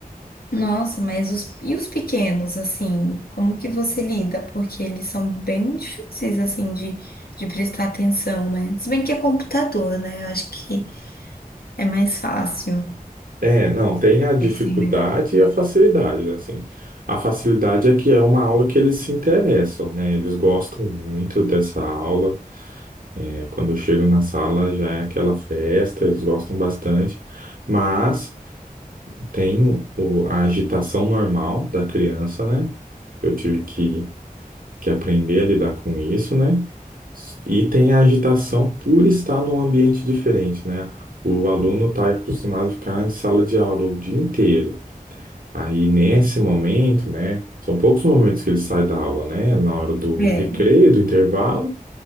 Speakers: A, on the left (about 85°); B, on the right (about 65°).
A: Nossa, mas os, e os pequenos, assim, como que você lida? Porque eles são bem difíceis, assim, de, de prestar atenção, né? Se bem que é computador, né? Eu acho que é mais fácil.
B: É, não, tem a dificuldade
A: Eles têm mais...
B: e a facilidade, né, assim. A facilidade é que é uma aula que eles se interessam, né? Eles gostam muito dessa aula. É, quando eu chego na sala já é aquela festa, eles gostam bastante. Mas Tem o, a agitação normal da criança, né? Eu tive que, que aprender a lidar com isso, né? E tem a agitação por estar num ambiente diferente, né? O aluno está acostumado a ficar em sala de aula o dia inteiro. Aí, nesse momento, né? São poucos momentos que ele sai da aula, né? Na hora do
A: É,
B: recreio, do intervalo,